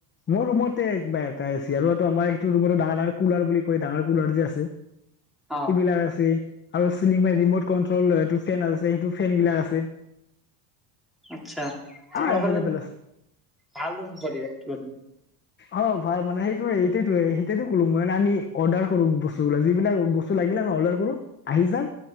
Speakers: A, on the left; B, in the centre.
A: মোৰ ৰুমতে আৰুটো আমাৰ সেইটো ৰুম ডাঙৰ ডাঙৰ কুলাৰ বুলি কয় ডাঙৰ ল যে আছে
B: অ
A: সেইবিলাক আছে। আৰু চিলনগ মানে ৰিমট কন্ট্ৰলটো ফেন আছে সেইটো ফেন বিলাক আছে।
B: আচ্ছা তোমালো
A: আহ এভেইলেবল
B: ঘাল
A: আছে
B: ভাল দোন ভতিজাক তো।
A: অ ভাল মানে সেইটোয়ে এইটো সেইটো ক'লো মই যে আমি অৰ্ডাৰ কৰো বস্তু বিলাক যিব বিলাক বস্তু লাগ সেই বিলাক মই অৰ্ডাৰ কৰো আহি যাই।